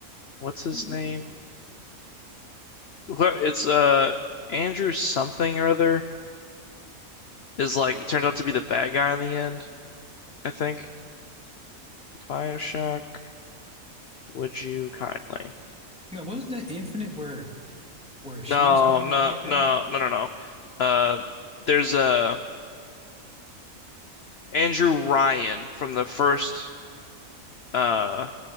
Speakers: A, on the left; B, in the centre.
A: what's his
B: What was
A: name?
B: the twist?
A: Wh- It's uh Andrew something or other is like he turns out to be the bad guy in the end. I think BioShock. Would You Kindly?
B: No, wasn't that Infinite where where she
A: No,
B: was kind
A: no,
B: of the bad
A: no,
B: guy?
A: no, no, no. Uh, there's a Andrew Ryan from the first uh